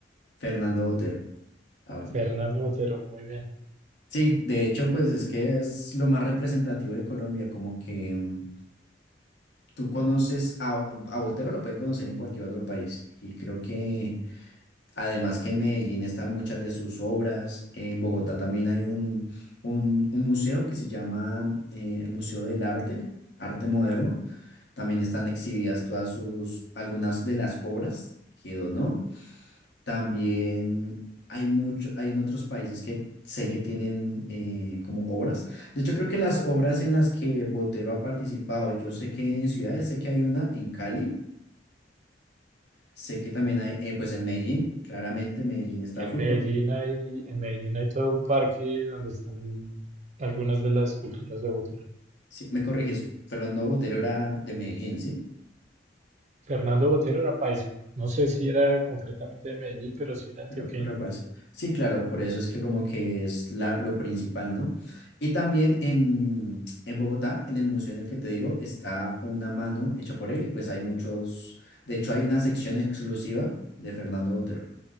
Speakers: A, on the left; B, on the right.
A: Fernando Botero. Ah, bueno.
B: Fernando Botero, muy bien.
A: Sí, de hecho, pues es que es lo más representativo de Colombia, como que mm, tú conoces a, a Botero, lo pueden conocer en cualquier otro país. Y creo que además que en Medellín están muchas de sus obras, en Bogotá también hay un, un, un museo que se llama eh, el Museo del Arte, Arte Moderno También están exhibidas todas sus, algunas de las obras que donó. También hay mucho, hay en otros países que sé que tienen eh, como obras. De hecho, creo que las obras en las que Botero ha participado, y yo sé que en ciudades, sé que hay una en Cali, sé que también hay, eh, pues en Medellín, claramente Medellín está
B: En
A: full.
B: Medellín
A: porque-
B: hay, en Medellín hay todo un parque donde están algunas de las esculturas de Botero.
A: sí, me corriges, Fernando Botero era de Medellín, ¿sí?
B: Fernando Botero era paisa. No sé si era concretamente de Medellín, pero sí era antioqueño.
A: Pero, pero pues, sí, claro, por eso es que como que es la, lo principal, ¿no? Y también en, en Bogotá, en el museo en el que te digo, está una mano hecha por él y pues hay muchos, de hecho hay una sección exclusiva de Fernando Botero.